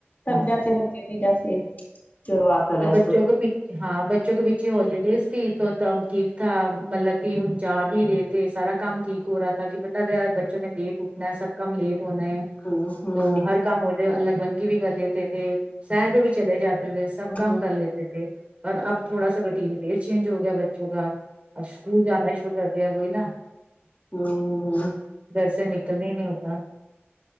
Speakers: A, on the left (about 40°); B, on the right (about 30°).
A: تھک
B: ہاں ہاں
A: جاتے ہے <unintelligible> چلو کر
B: اب
A: ریسٹ
B: بچوں
A: ہو
B: کو ہاں بچوں کے پیچھے ہولڈیز تھی تو تب ٹھیک تھا مطلب کہ ہم جا بھی رہے تھے سارا کام ٹھیک ہو رہا تھا کے پتا گیا بچوں نے لیٹ اٹھنا ہے سب کام لیٹ ہونا ہے
A: جاتے ہوں
B: تو ہر کام ہو جاتا الگ بنگی بھی کر لیتے تھے شہر پہ بھی چلے جاتے تھے سب کم
A: ہوں
B: کر لیتے تھے اور اب تھوڑا سا روٹین پے چینج ہو گیا بچوں کا اب اسکول جانا شروع کر دیا وہی نا
A: ہوں
B: گھر سے نکلنے ہی نہیں ہوتا